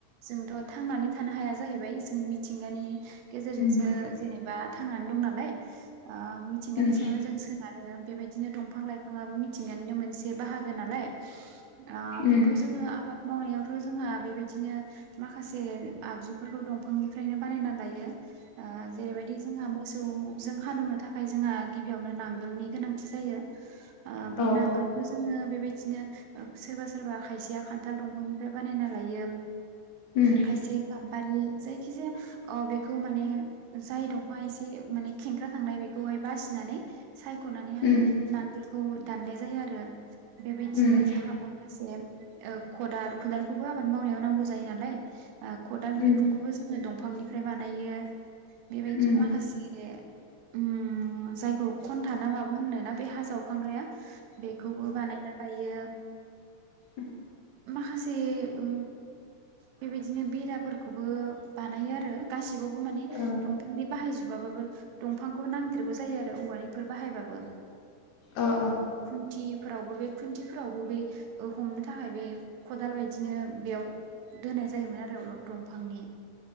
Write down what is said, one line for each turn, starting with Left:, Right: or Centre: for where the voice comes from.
Right: जोंथ थांनानै थानो हाया जाहैबाय जों मिथिंगानि गेजेरजोंसो
Left: उम
Right: जेनेबा थांनानै दं नालाय ओ मिथिंगानि
Left: उम
Right: सायावनो जों सोनारो आरो बेबायदिनो दंफां लाइफाङाबो मिथिंगानिनो मोनसे बाहागो नालाय आ
Left: उम
Right: बेखौ जोङो आबाद मावनायावथ जोंहा बेबायदिनो माखासे आगजुफोरखौ दंफांनिफ्रायनो बानायना लायो जेरैबायदि जोंहाबो मोसौ जों हाल एवनो थाखाय जोंहा गिबियावनो नांगोलनि गोनांथि जायो अ बे
Left: औ
Right: नांगोलखौ जोङो बेबायदिनो अ सोरबा सोरबा खायसेया खान्थाल दंफांनिफ्राय बानायना लायो
Left: उम
Right: खायसे गामबारि जायखि जाया अ बे बेखौ माने जाय दंफां एसे माने खेंख्रा थांनाय बेखौहाय बासिनानै साइ नानै हाय
Left: उम
Right: नां नांगोलखौ दाननाय जायो आरो बेबायदिनो
Left: उम
Right: जाहा माखासे अ खदाल खदालखौबो आबाद मावनायाव नांगौ जायो नालाय अ खदाल
Left: उम
Right: बिखुंखौबो जोङो दं बिफांनिफ्राय बानायो बेबायदि
Left: उम
Right: माखासे उ जायखौ खन थाना माबो होननो ना बे हा जावखांग्राया बेखौबो बानायना लायो
Left: उम
Right: माखासे उ बेबायदिनो बेराफोरखौबो बानायो आरो गासिबो बो माने
Left: ओं
Right: दंफांनि बाहायजोबो माबाबो दंफांखौ नांदेरगौ जायो आरो औवानि बेफोर बाहायबाबो
Left: अ
Right: खुन्थिफोरावबो बे खुन्थिफोरावबो बे अ हमनो थाखाय बे खदाल बायदिनो बेयाव दोनाय जायोमोन आरो दंफांनि